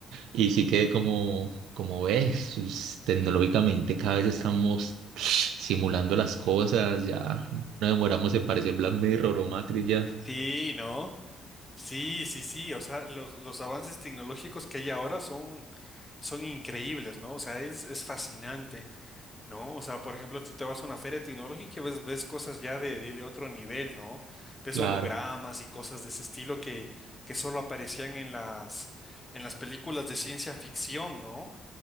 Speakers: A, on the right; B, on the left.
A: y sí que como, como ves, es- tecnológicamente cada vez estamos <sniffs> simulando las cosas, ya no demoramos en parecer Black Mirror o Matrix ya.
B: sí, ¿no? Sí, sí, sí, o sea, los, los avances tecnológicos que hay ahora son, son increíbles, ¿no? O sea, es, es fascinante. ¿no? O sea, por ejemplo, tú te vas a una feria tecnológica y ves, ves cosas ya de, de- de otro nivel, ¿no? Ves
A: Claro.
B: hologramas y cosas de ese estilo que, que solo aparecían en las, en las películas de ciencia ficción, ¿no?